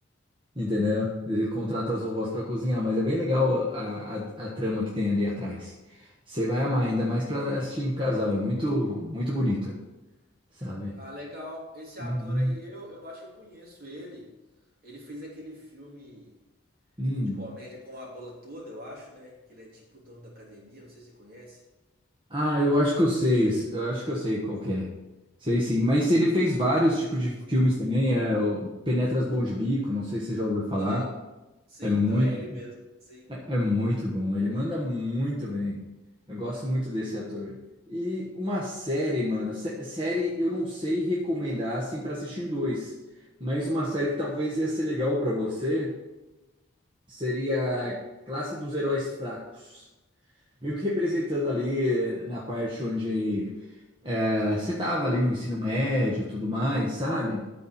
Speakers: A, on the right (about 25°); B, on the right (about 45°).
A: entendeu? Ele contrata as vovós para cozinhar, mas é bem legal a, a, a trama que tem ali atrás. Você vai amar, ainda mais para assistir em casal, é muito, muito bonito, sabe?
B: Ah, legal. Esse
A: Uhum.
B: ator aí, eu, eu acho que eu conheço ele. Ele fez aquele filme
A: Hum.
B: de comédia com a bola toda, eu acho, né? Que ele é tipo o dono da academia, não sei se você conhece.
A: Ah, eu acho que eu sei, s- eu acho que eu sei qual que é. Sei sim, mas ele fez vários tipos de filmes também, é o Penetras Bom de Bico, não sei se você já ouviu falar.
B: Aham. Sim,
A: É muito,
B: então é ele mesmo. Sim.
A: é, é muito bom, ele manda muito bem. Eu gosto muito desse ator. E uma série, mano, sé- série eu não sei recomendar assim pra assistir em dois, mas uma série que talvez ia ser legal pra você seria Classe dos Heróis Fracos. Meio que representando ali eh, na parte onde eh, você tava ali no ensino médio, tudo mais, sabe?